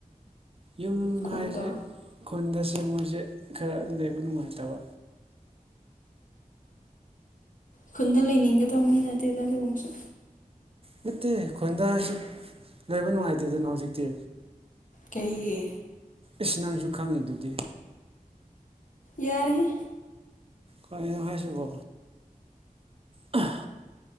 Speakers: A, on the right; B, on the left.
A: ꯌꯨꯝ
B: ꯈꯨꯟꯗ
A: ꯍꯥꯏꯁꯦ ꯈꯨꯟꯗꯁꯦ ꯃꯣꯏꯁꯦ ꯈꯔ ꯂꯩꯕ ꯅꯨꯡꯉꯥꯏꯇꯕ
B: ꯈꯨꯟꯗ ꯂꯩꯅꯤꯡꯒꯗꯕ ꯃꯤ ꯅꯠꯇꯦꯗ ꯑꯗꯨꯒꯨꯝꯕꯁꯨ
A: ꯅꯠꯇꯦ ꯈꯨꯟꯗꯥꯁꯤ ꯂꯩꯕ ꯅꯨꯡꯉꯥꯏꯇꯦꯗꯅ ꯍꯧꯖꯤꯛꯇꯤ
B: ꯀꯩꯒꯤ
A: ꯏꯁ ꯅꯪꯁꯨ ꯈꯪꯉꯤ ꯗꯨꯗꯤ
B: ꯌꯥꯔꯦꯍ‌ꯦ
A: ꯀꯩꯅ‌ꯣ ꯍꯥꯏꯁꯤꯕꯣ ꯑ